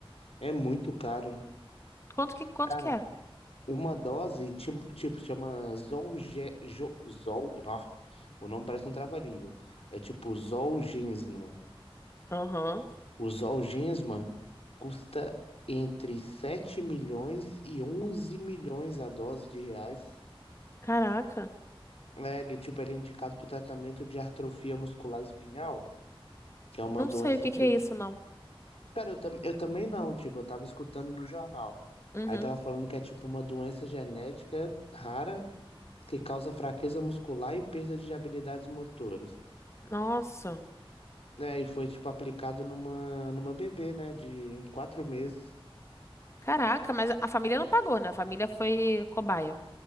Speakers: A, on the left; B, on the left.
A: é muito caro.
B: Quanto que, quanto
A: Cara,
B: que é?
A: Uma dose, ti- tipo, chama Zolge... Jo- Zol... Nó, o nome parece um trava-língua. É tipo Zolgensma.
B: Aham.
A: O Zolgensma custa entre 7 milhões e 11 milhões a dose de reais.
B: Caraca.
A: É, ele, tipo, ele é indicado para o tratamento de atrofia muscular espinhal, que é uma
B: Não
A: doença,
B: sei o que
A: tipo...
B: que é isso, não.
A: Cara, eu, tam... eu também não, tipo, eu tava escutando no jornal.
B: Uhum.
A: Aí tava falando que é, tipo, uma doença genética rara que causa fraqueza muscular e perda de habilidades motoras.
B: Nossa.
A: É, e foi tipo aplicado numa, numa bebê, né, de quatro meses.
B: Caraca, mas a família não pagou, né? A família foi cobaia.